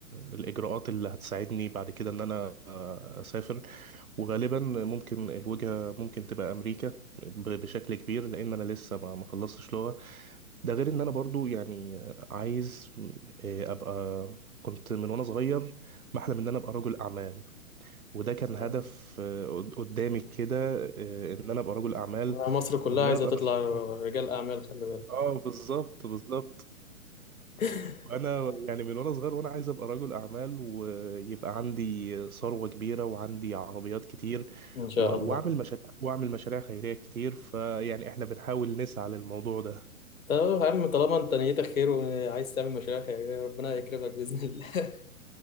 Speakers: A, on the right (about 85°); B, on the left (about 70°).
A: الاجراءات اللي هتساعدني بعد كده ان انا اسافر وغالبا ممكن الوجهه ممكن تبقى امريكا ب- بشكل كبير لان انا لسه ما ما خلصتش لغه ده غير ان انا برضو يعني عايز آه، ابقى كنت من وانا صغير بحلم ان انا ابقى رجل اعمال وده كان
B: مم.
A: هدف آه، قدامي كده آه، ان انا ابقى رجل اعمال
B: مصر كلها
A: وان
B: عايزة
A: انا ابقى
B: تطلع
A: مسؤول
B: رجال أعمال خلي بالك
A: اه بالظبط بالظبط
B: <laughs>
A: وانا يعني من وانا صغير وانا عايز ابقى رجل اعمال ويبقى عندي ثروه كبيره وعندي عربيات كتير
B: ان شاء
A: و-
B: الله
A: واعمل مشاريع واعمل مشاريع خيريه كتير فيعني احنا بنحاول نسعى للموضوع ده
B: طب يا عم طالما انت نيتك خير وعايز تعمل مشاريع خيريه ربنا يكرمك باذن الله